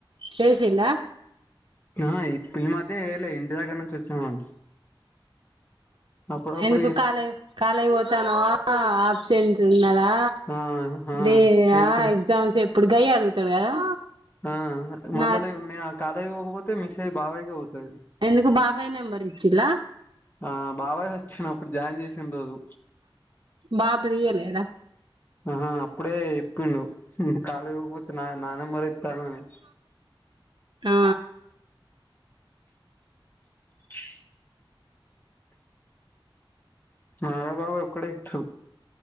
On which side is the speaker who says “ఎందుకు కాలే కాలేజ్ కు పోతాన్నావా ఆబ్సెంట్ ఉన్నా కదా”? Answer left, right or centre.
Right